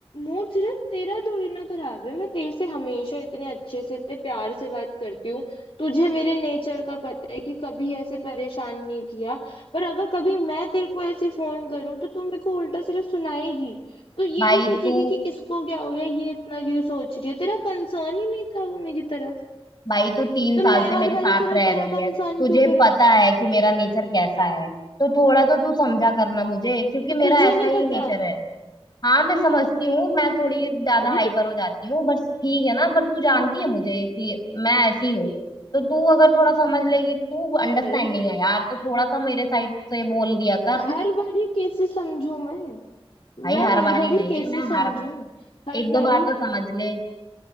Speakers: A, on the left; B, on the left.
A: मूड सिर्फ तेरा थोड़ी ना खराब है मैं तेरे से हमेशा इतने अच्छे से इतने प्यार से बात करती हूँ तुझे मेरे नेचर का पता है कि कभी ऐसे परेशान नहीं किया पर अगर कभी मैं तेरे को ऐसे फोन करूँ तो तू मेरे को उल्टा सिर्फ सुनाएगी तो ये
B: भाई
A: नहीं सोचेगी
B: तू
A: कि इसको क्या हो गया ये इतना क्यों सोच रही है तेरा कंसर्न ही नहीं था वो मेरी तरफ
B: भाई तू तीन
A: तो
B: साल
A: मैं
B: से मेरे
A: हर
B: साथ
A: बारी सिर्फ
B: रह
A: तेरा
B: रही
A: कंसर्न
B: है तुझे
A: क्यों करूँ
B: पता है कि मेरा नेचर कैसा है तो थोड़ा तो तू समझा करना मुझे क्योंकि
A: तो
B: मेरा
A: तुझे
B: ऐसा
A: नहीं
B: ही
A: पता
B: नेचर है हाँ मैं समझती हूँ मैं थोड़ी ज्यादा
A: अरे
B: हाइपर
A: तो
B: हो जाती हूँ बस ठीक है ना बट तू जानती है मुझे कि मैं ऐसी हूँ तो तू अगर थोड़ा समझ लेगी तू अंडरस्टैंडिंग
A: अरे
B: है यार तो थोड़ा सा मेरे साइड से बोल दिया कर
A: हर बारी कैसे समझू मैं
B: भाई
A: मैं
B: हर
A: हर
B: बार
A: बारी
B: ही नहीं
A: कैसे
B: है मैं
A: समझूं
B: हर
A: हर
B: एक
A: बारी
B: दो बार तो समझ ले